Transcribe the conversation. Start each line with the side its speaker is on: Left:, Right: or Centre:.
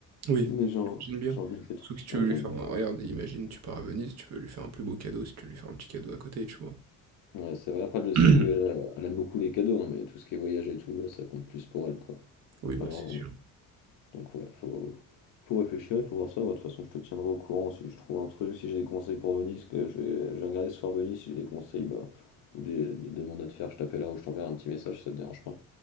Right: Oui,
Left: Mais j'ai un,
Right: j'imagine bien.
Left: j'ai un budget.
Right: sauf que si tu
Left: Ouais,
Right: veux lui
Left: j'ai un
Right: faire
Left: budget.
Right: un regarde, imagine, tu pars à Venise, tu veux lui faire un plus beau cadeau, si tu veux lui faire un petit cadeau à côté, tu vois?
Left: Ouais, c'est vrai, après, je
Right: <clears throat>
Left: sais qu'elle elle aime beaucoup les cadeaux, hein, mais tout ce qui est voyage et tout, ça compte plus pour elle quoi.
Right: Oui,
Left: Enfin,
Right: bah,
Left: genre,
Right: c'est sûr.
Left: Donc ouais, faut, faut réfléchir, il faut voir ça. Bah, de toute façon, je te tiendrai au courant si je trouve un truc, si j'ai des conseils pour Venise, que je vais, je vais regarder ce soir Venise, si j'ai des conseils bah, ou des, des demandes à te faire, je t'appellerai ou je t'enverrai un petit message si ça te dérange pas.